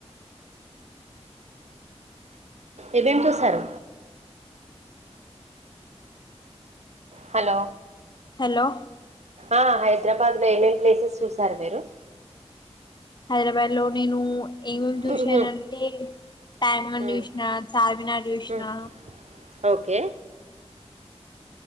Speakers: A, on the right; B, on the left.
A: ఏమేం చూసారు హలో
B: హలో
A: ఆ హైద్రాబాద్ లో ఏమేం ప్లేసెస్ చూసారు మీరు
B: హైరాబాద్ లో నేను ఏమేం జూశారంటే
A: ఉమ్
B: ట్యాంక్ బండ్
A: ఉమ్
B: జూశ్నా చార్మినార్ జూశ్నా
A: ఉమ్ ఓకే